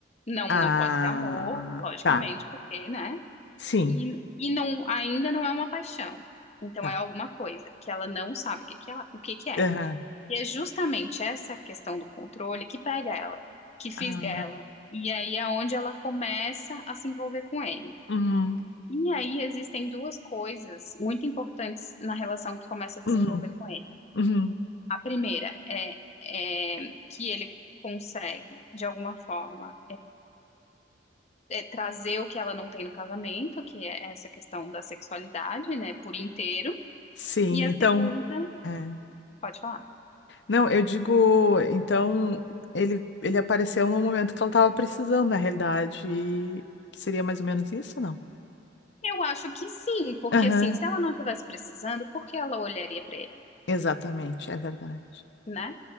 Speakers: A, on the left (about 35°); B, on the left (about 65°).
A: Não,
B: Ah,
A: não pode ser amor, logicamente,
B: tá.
A: porque, né?
B: Sim,
A: E, e não, ainda não é uma paixão. Então
B: tá.
A: é alguma coisa que ela não sabe o que que ela, o que que é.
B: Aham.
A: E é justamente essa questão do controle que pega ela, que fisga
B: Ah,
A: ela. E aí é onde ela começa a se envolver com ele.
B: uhum,
A: E aí existem duas coisas muito importantes na relação que começa a desenvolver
B: uhum,
A: com ele.
B: uhum.
A: A primeira é, é que ele consegue, de alguma forma, é, trazer o que ela não tem no casamento, que é essa questão da sexualidade, né, por inteiro.
B: Sim,
A: E a
B: então.
A: segunda,
B: é.
A: pode falar.
B: Não, eu digo, então, ele, ele apareceu no momento que ela estava precisando, na realidade. E seria mais ou menos isso, não?
A: Eu acho que sim, porque
B: Aham,
A: assim, se ela não estivesse precisando, por que ela olharia para ele,
B: exatamente, é verdade.
A: né?